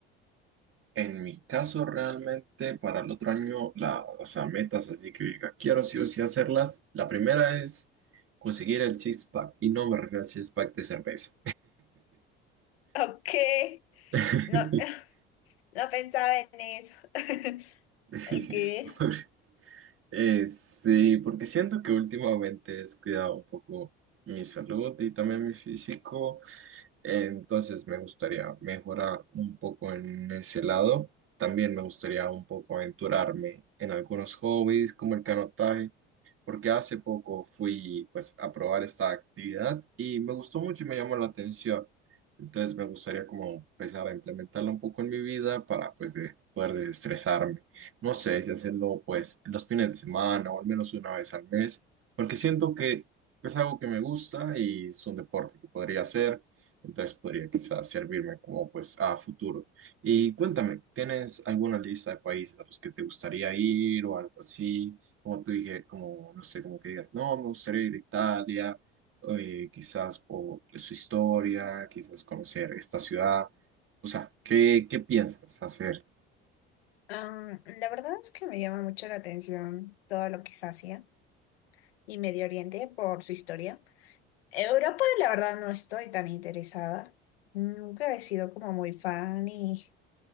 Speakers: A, on the right (about 45°); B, on the left (about 85°).
A: En mi caso realmente para el otro año, la, o sea, metas así que diga, quiero sí o sí hacerlas. La primera es conseguir el six-pack y no me refiero al six-pack de cerveza.
B: <laughs> Ok.
A: <laughs>
B: No, <laughs> No pensaba en eso. <laughs>
A: <laughs>
B: ¿El ¿Qué?
A: Eh, sí, porque siento que últimamente he descuidado un poco mi salud y también mi físico. Entonces me gustaría mejorar un poco en ese lado. También me gustaría un poco aventurarme en algunos hobbies como el canotaje, porque hace poco fui pues a probar esta actividad y me gustó mucho y me llamó la atención. Entonces me gustaría como empezar a implementarla un poco en mi vida para pues de- poder desestresarme. No sé si hacerlo pues en los fines de semana o al menos una vez al mes, porque siento que es algo que me gusta y es un deporte que podría hacer entonces podría quizás servirme como pues a futuro. Y cuéntame, ¿tienes alguna lista de países a los que te gustaría ir o algo así? Como tú dije, como no sé, como que digas, no, me gustaría ir a Italia, eh, quizás por su historia, quizás conocer esta ciudad. O sea, ¿qué, qué piensas hacer?
B: Am, la verdad es que me llama mucho la atención todo lo que es Asia y Medio Oriente por su historia. Europa, la verdad, no estoy tan interesada. Nunca he sido como muy fan y,